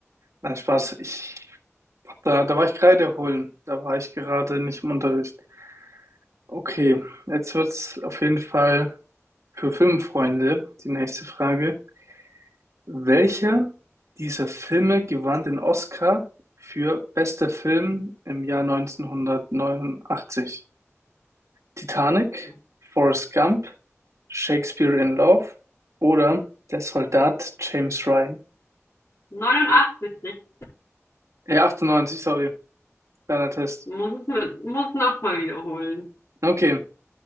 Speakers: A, on the right; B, on the left.
A: Nein, Spaß. Ich, da, da war ich Kreide holen. Da war ich gerade nicht im Unterricht. Okay, jetzt wird's auf jeden Fall für Filmfreunde die nächste Frage. Welcher dieser Filme gewann den Oscar für bester Film im Jahr 1989? Titanic,
B: Ja.
A: Forrest Gump, Shakespeare in Love oder Der Soldat James Ryan?
B: 89 richtig.
A: Äh, 98, sorry. Kleiner Test.
B: Muss es, mit- muss nochmal wiederholen.
A: Okay.